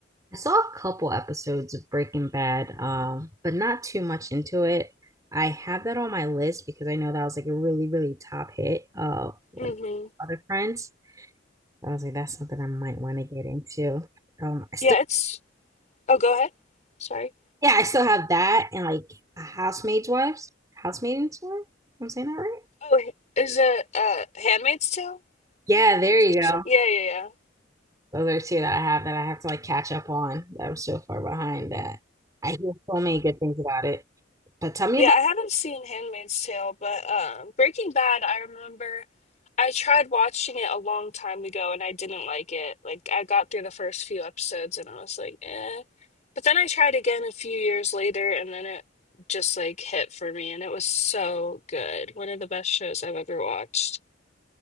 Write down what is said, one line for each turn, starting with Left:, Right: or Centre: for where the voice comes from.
Right: I saw a couple episodes of Breaking Bad, um, but not too much into it. I have that on my list because I know that was like a really, really top hit uh with
Left: Mm-hmm.
Right: other friends. I was like, that's something I might want to get into. Um, I still,
Left: Yeah, it's, oh, go ahead. Sorry.
Right: yeah, I still have that and like Housemaid's Wives, Housemaid's Wife. I'm saying that right?
Left: Oh, h- is it, uh, Handmaid's Tale?
Right: Yeah, there
Left: Some
Right: you go.
Left: shit? Yeah, yeah, yeah.
Right: Those are two that I have that I have to like catch up on. That I'm so far behind that I hear so many good things about it. But tell me
Left: Yeah,
Right: about
Left: I haven't seen Handmaid's Tale, but um, Breaking Bad, I remember I tried watching it a long time ago and I didn't like it. Like, I got through the first few episodes and I was like, eh. But then I tried again a few years later and then it just like hit for me and it was so good. One of the best shows I've ever watched.